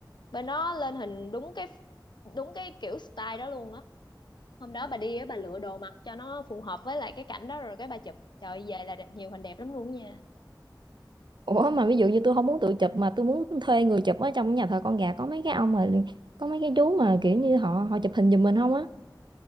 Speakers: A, on the left; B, on the right.
A: bên nó lên hình đúng cái đúng cái kiểu style đó luôn á hôm đó bà đi á bà lựa đồ mặc cho nó phù hợp với lại cái cảnh đó rồi cái bà chụp trời ơi, về là đẹp, nhiều hình đẹp lắm luôn á nha
B: ủa mà ví dụ như tôi không muốn tự chụp mà tôi muốn thuê người chụp ở trong nhà thờ con gà có mấy cái ông mà có mấy cái chú mà kiểu như họ họ chụp hình giùm mình không á